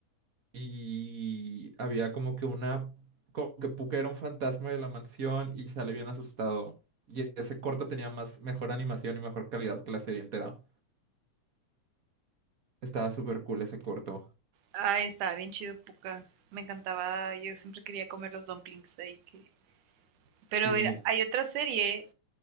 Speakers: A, on the right; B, on the right.
A: y había como que una, como que Puka era un fantasma de la mansión y sale bien asustado. Y ese corto tenía más, mejor animación y mejor calidad que la serie entera. Estaba súper cool ese corto.
B: Ah, estaba bien chido Puka. Me encantaba, yo siempre quería comer los dumplings de ahí. Que...
A: Sí.
B: Pero era- hay otra serie